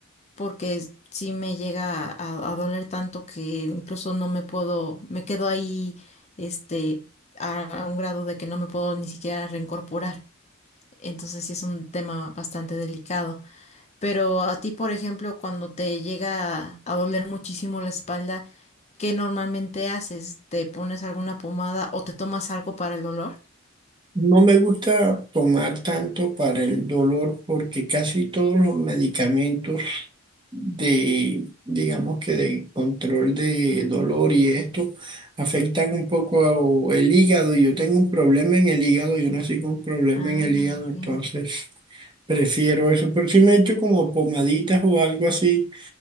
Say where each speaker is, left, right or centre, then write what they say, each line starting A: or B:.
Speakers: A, on the left; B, on the right.
A: porque si me llega a, a doler tanto que incluso no me puedo, me quedo ahí, este, a, a un grado de que no me puedo ni siquiera reincorporar. Entonces sí es un tema bastante delicado. Pero a ti, por ejemplo, cuando te llega a doler muchísimo la espalda, ¿qué normalmente haces? ¿Te pones alguna pomada o te tomas algo para el dolor?
B: No me gusta tomar tanto para el dolor porque casi todos los medicamentos de, digamos que de control de dolor y esto afectan un poco a- el hígado. Yo tengo un problema en el hígado, yo nací con un problema
A: Ah,
B: en el hígado,
A: ok.
B: entonces prefiero eso. Pero si me echo como pomaditas o algo así,